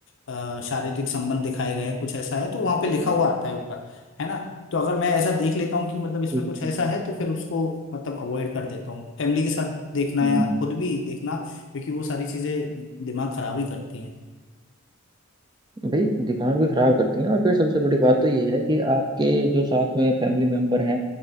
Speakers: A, on the left; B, on the right.
A: अ, शारीरिक संबंध दिखाए गए हैं कुछ ऐसा है तो वहां पे लिखा
B: हम्म
A: हुआ आता है ऊपर है ना तो अगर मैं ऐसा देख लेता हूँ कि मतलब इसमें
B: हम्म,
A: कुछ ऐसा है तो फिर उसको मतलब अवॉइड कर देता हूँ फैमिली के साथ देखना
B: हम्म।
A: या खुद भी देखना क्योंकि वो सारी चीजें दिमाग खराब ही करती
B: भाई दिमाग भी खराब करती हैं और फिर सबसे बड़ी बात तो ये है कि आपके जो साथ में फैमिली मेंबर हैं